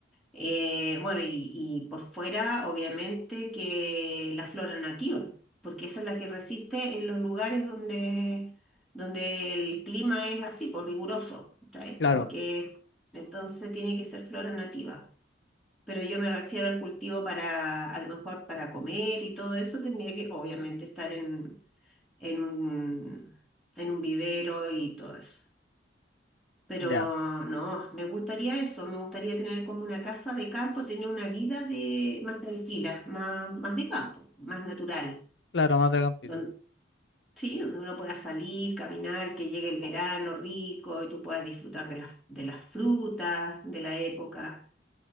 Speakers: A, in the centre; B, on the left.
A: Eh, bueno, y, y por fuera, obviamente, que la flora nativa, porque esa es la que resiste en los lugares donde, donde el clima es así, por riguroso, ¿sabes?
B: Claro,
A: Como que entonces tiene que ser flora nativa. Pero yo me refiero al cultivo para, a lo mejor para comer y todo eso, tendría que obviamente estar en, en un, en un vivero y todo eso. Pero
B: ya,
A: no, me gustaría eso, me gustaría tener como una casa de campo, tener una vida de, más tranquila, más, más de campo, más natural,
B: claro, más mata campito.
A: donde, sí, donde uno pueda salir, caminar, que llegue el verano rico y tú puedas disfrutar de las, de las frutas, de la época